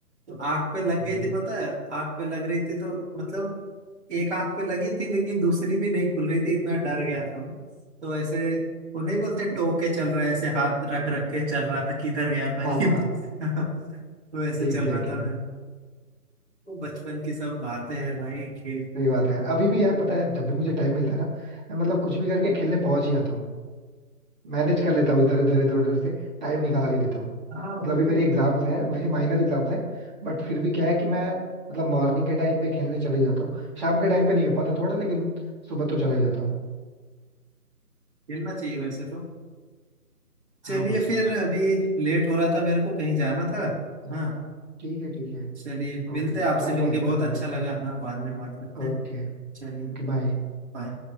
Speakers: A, on the right; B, on the right.
A: तो आंख पे लग
B: हम्म।
A: गई थी पता है आंख पे लग रही थी तो मतलब एक आंख पे लगी थी लेकिन दूसरी भी नहीं खुल रही थी इतना डर गया था मैं तो ऐसे वो नहीं बोलते टोक के चल रहा है ऐसे हाथ रख रख के चल रहा था किधर गया भाई
B: हाँ
A: <laughs>
B: हाँ
A: तो ऐसे चल
B: एग्जैक्टली
A: रहा था मैं वो बचपन की सब बातें हैं भाई खेल कूद
B: सही बात
A: तो
B: है यार अभी भी यार पता है जब भी मुझे टाइम मिलता है ना मैं मतलब कुछ भी करके खेलने पहुंच ही जाता हूँ मैनेज कर लेता हूँ इधर उधर इधर उधर से टाइम निकाल ही लेता हूँ
A: हाँ वो
B: मतलब अभी
A: तो
B: मेरी एग्जाम्स है वैसे माइनर एग्जाम्स है बट फिर भी क्या है कि मैं मतलब मॉर्निंग के टाइम पे खेलने चले जाता हूँ शाम के टाइम पे नहीं हो पाता थोड़ा लेकिन सुबह तो चला ही जाता हूँ
A: खेलना चाहिए वैसे तो चलिए
B: हाँ वो
A: फिर
B: तो है यार
A: अभी लेट हो रहा था मेरे को कहीं जाना था
B: हाँ,
A: हाँ
B: ठीक है ठीक है
A: चलिए
B: ओके
A: मिलते हैं आपसे
B: बाद
A: मिलके
B: में बात
A: बहुत
B: करते
A: अच्छा
B: हैं फिर
A: लगा हाँ बाद में बात करते हैं
B: ओके
A: चलिए
B: Okay bye
A: बाय